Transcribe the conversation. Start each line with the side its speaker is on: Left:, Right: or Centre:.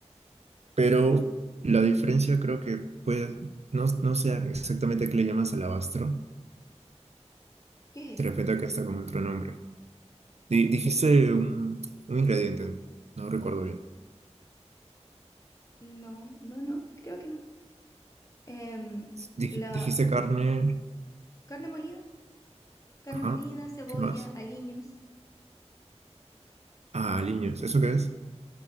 Right: pero la diferencia creo que puede, no, no sé exactamente a qué le llamas alabastro,
Left: ¿Qué es
Right: de repente
Left: eso?
Right: acá está con otro nombre. Di- dijiste un, un ingrediente, no recuerdo bien.
Left: No, no, no, creo que no. Em,
Right: Dij-
Left: la
Right: dijiste carne,
Left: carne molida, carne
Right: ajá,
Left: molida, cebolla,
Right: ¿qué más?
Left: aliños.
Right: Ah, aliños, ¿eso qué es?